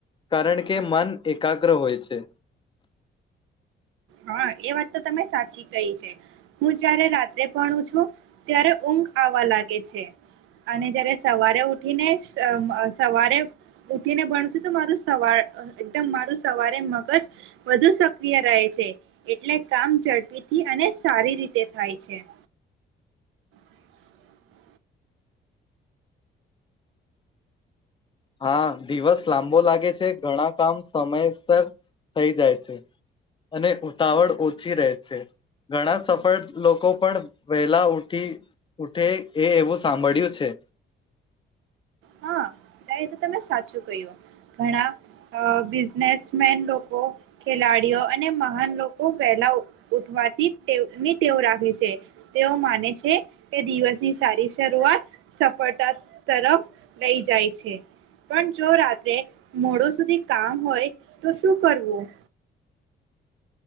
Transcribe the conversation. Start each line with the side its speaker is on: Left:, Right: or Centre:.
Left: કારણ કે મન એકાગ્ર હોય છે.
Right: હા એ વાત તો તમે સાચી કહી છે હું જયારે રાત્રે ભણું છું ત્યારે ઊંઘ આવવા લાગે છે અને જયારે સવારે ઉઠીને સવારે ઉઠીને ભણ છું તો મારું સવાર એકદમ મારું સવારે મગજ વધુ સક્રિય રહે છે. એટલે કામ ઝડપીથી અને સારી રીતે થાય છે. <inaudible>
Left: હા દિવસ લાંબો લાગે છે ઘણા કામ સમયસર થઈ જાય છે અને ઉતાવળ ઓછી રહે છે ઘણા સફળ લોકો પણ વહેલા ઉઠી ઉઠે એ એવું સાંભળ્યું છે.
Right: હા તમે સાચું કહ્યું ઘણા બિઝનેસમેન લોકો ખેલાડીઓ અને મહાન લોકો વહેલા ઉઠવાથીની વ રાખે છે તેઓ માને છે કે દિવસની સારી શરૂઆત સફળતા તરફ લઈ જાય છે. પણ જો રાત્રે મોડો સુધી કામ હોય તો શું કરવું.